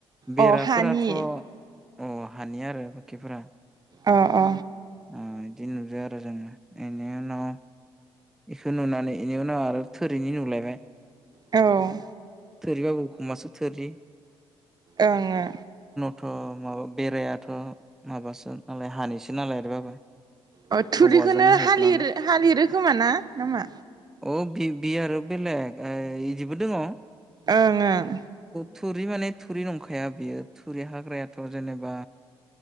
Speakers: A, in the centre; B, on the right.
A: बेराफोराथ'
B: अ हानि
A: औ हानि आरो बाखिफोरा
B: अ अ
A: आ बिदि नुदो आरो जोङो इनि उनाव बेखौ नुनानै बेनि उनाव आरो थोरिनि नुलायबाय
B: औ
A: थोरिबाबो उखुमासो थोरि।
B: आ ओङो
A: थ' माबा बेरायाथ' माबासो नालाय हानैसो नालाय आरोबाबो
B: अ थुरिखौनो
A: औवाजों हेबनानै
B: हालिरो हालिरो खोमा ना नामा
A: औ बि आरो बेलेग बिदिबो दङ
B: ओं ओं
A: थुरि माने थुरि नंखाया बियो थुरि हाग्रायाथ' जेनेबा